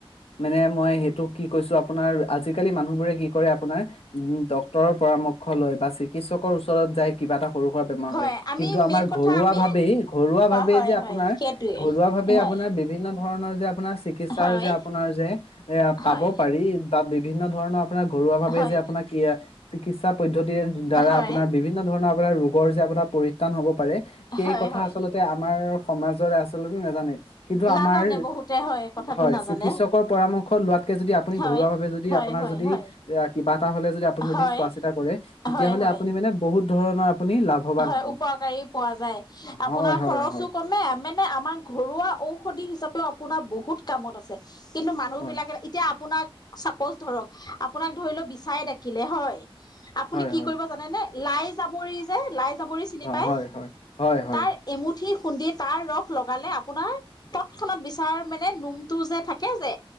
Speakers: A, on the left; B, on the left.
A: মানে মই সেইটো কি কৈছো আপোনাৰ, আজিকালি মানুহবোৰে কি কৰে আপোনাৰ, উ ডক্তৰৰ পৰামৰ্শ লয় বা চিকিৎসকৰ ওচৰত যাই কিবা এটা সৰু-সুৰা বেমাৰ
B: হয়
A: হলে,
B: আমি
A: কিন্তু আমাৰ
B: মেইন কথা
A: ঘৰুৱা
B: আমি
A: ভাৱেই, ঘৰুৱা ভাৱেই
B: হয়
A: যে
B: হয়
A: আপোনাৰ
B: সেইটোৱে
A: ঘৰুৱা ভাৱে
B: হয়
A: আপোনাৰ বিভিন্ন ধৰণৰ যে আপোনাৰ চিকিৎসাৰ
B: হয়,
A: যে আপোনাৰ যে এ পাব
B: হয়,
A: পাৰি তাত বিভিন্ন ধৰণৰ আপোনাৰ ঘৰুৱাভাৱে
B: হয়,
A: যে আপোনাৰ কি চিকিৎসা পদ্ধতিৰ দ্বাৰা
B: হয়,
A: আপোনাৰ বিভিন্ন ধৰণৰ ৰোগৰ যে আপোনাৰ পৰিত্ৰাণ হ'ব পাৰে সেই
B: হয়,
A: কথা
B: হয়।
A: আচলতে আমাৰ সমাজ আছলে নেজানে কিন্তু
B: নাজানে
A: আমাৰ
B: বহুতে হয় কথাটো
A: হয়
B: নাজানে
A: চিকিৎসকৰ পৰামৰ্শ লোৱাতকে যদি আপুনি
B: হয়।
A: ঘৰুৱা ভাৱে যদি
B: হয়,
A: আপোনাৰ
B: হয়,
A: যদি
B: হয়,
A: কি হ'লে যদি আপুনি
B: হয়,
A: যদি চোৱা চিতা কৰে তেতিয়াহ'লে
B: হয়, হয়,
A: আপুনি মানে বহুত ধৰণৰ আপুনি লাভৱান
B: হয়,
A: হ'ব
B: উপকাৰী পোৱা যায়
A: হয়
B: আপোনাৰ
A: হয়
B: খৰচো
A: হয়
B: কমে মা মানে আমাৰ ঘৰুৱা ঔষধি হিচাপেও আপোনাৰ বহুত কামত আছে। কিন্তু মানুহবলাকে
A: হয়
B: এতিয়া আপোনাক চাপজ ধৰক আপোনাক ধৰি লওঁক বিছাই ডাকিলে হয়। আপুনি
A: হয়
B: কি
A: হয়
B: কৰিব জানে নে লাইছ পৰি যে লাইচ চাপৰি চিনি
A: হয়
B: পায়
A: হয় হয় হয়
B: তাৰ এমুঠি খুন্দি তাৰ ৰস লগালে আপোনাৰ তৎক্ষণাত বিচাৰ মানে নোমটো যে থাকে যে